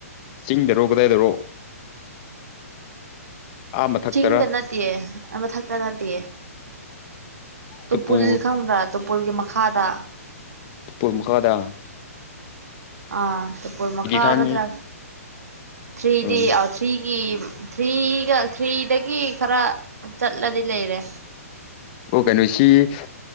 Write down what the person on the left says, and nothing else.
ꯆꯤꯡꯗꯔꯣ ꯀꯗꯥꯏꯗꯔꯣ ꯑꯥ ꯃꯊꯛꯇꯔ
ꯇꯨꯄꯨ
ꯇꯨꯄꯨꯜ ꯃꯀꯥꯗ
ꯈꯪꯉꯤ
ꯎꯝ
ꯑꯣ ꯀꯩꯅꯣꯁꯤ